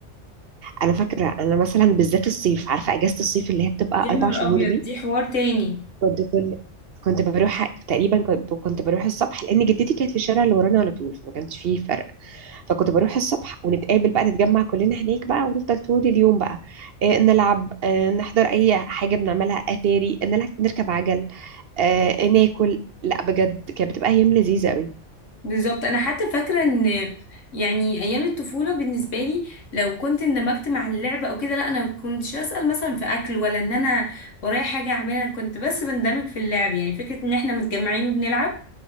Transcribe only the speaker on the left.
يا
نهار
ابيض
دي حوار تاني
بالظبط انا حتى فاكره ان يعني ايام الطفوله بالنسبه لي لو كنت اندمجت مع اللعب او كده لا انا ما كنتش اسال مثلا في اكل ولا ان انا ورايا حاجه اعملها أنا كنت بس بندمج في اللعب يعني فكره ان احنا متجمعين وبنلعب